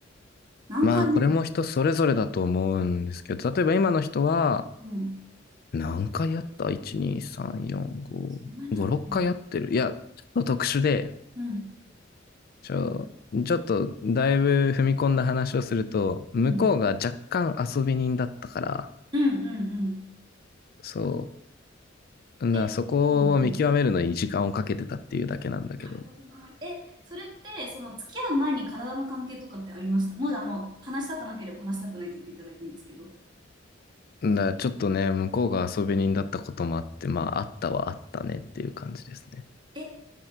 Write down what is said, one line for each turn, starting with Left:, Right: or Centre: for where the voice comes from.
Right: 何回目とか。
Left: まあ、これも人それぞれだと思うんですけど、例えば今の人は、
Right: うん。
Left: 何回やった ?1、2、3、4、5、
Right: そんなに合ってるの
Left: 5、6回やってる。いや、ちょっと特殊で、
Right: うん。
Left: ちょ、ちょっとだいぶ踏み込んだ話をすると、向こうが若干遊び人だったから、
Right: うん。うん。うんうん。
Left: そう、
Right: え、
Left: だそこを見極めるのに時間をかけてたっていうだけなんだけど、
Right: うんうん。なるほどな。え、それって、その付き合う前に体の関係とかってありましたもし、あの、話したくなければ話したくないって言っていただいていいんですけど。
Left: だちょっとね、向こうが遊び人だったこともあって、まあ、あったはあったねっていう感じですね。
Right: え、